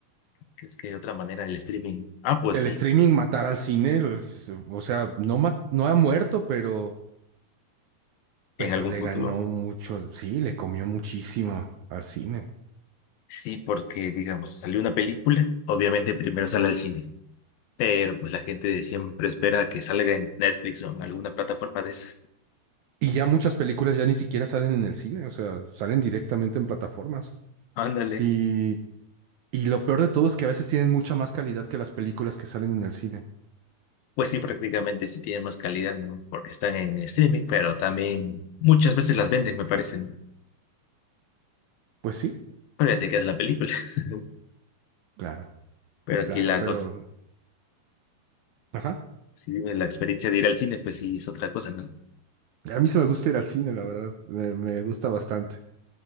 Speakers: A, on the left (about 80°); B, on the right (about 70°).
A: ¿Crees que hay otra manera del streaming? Ah, pues
B: el
A: sí,
B: streaming matará al cine, Pues, es- o sea, no, ma- no ha muerto, pero, pero
A: en algún
B: le
A: futuro.
B: ganó mucho, sí, le comió muchísimo al cine.
A: Sí, porque digamos, salió una película, obviamente primero sale al cine, pero pues la gente siempre espera que salga en Netflix o en alguna plataforma de esas.
B: Y ya muchas películas ya ni siquiera salen en el cine, o sea, salen directamente en plataformas.
A: Ándale.
B: Y Y lo peor de todo es que a veces tienen mucha más calidad que las películas que salen en el cine.
A: Pues sí, prácticamente sí tiene más calidad, ¿no? Porque están en streaming, pero también muchas veces las venden, me parecen.
B: Pues sí,
A: Pero ya te quedas la película. <laughs>
B: claro,
A: Pero
B: claro,
A: aquí la
B: pero...
A: cosa,
B: Ajá.
A: si vives la experiencia de ir al cine, pues sí es otra cosa, ¿no?
B: A mí se me gusta ir al cine, la verdad. Me, me gusta bastante.